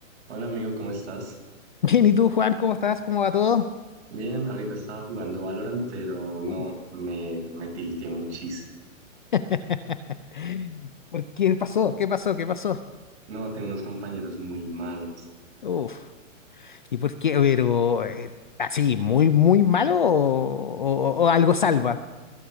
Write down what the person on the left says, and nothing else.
Bien, ¿y tú, Juan? ¿Cómo estás? ¿Cómo va todo?
Uh.
<laughs> ¿Por qué pasó? ¿Qué pasó? ¿Qué pasó?
Uf. ¿Y por qué? Pero, eh, así, muy, muy malo o, o- o algo salva.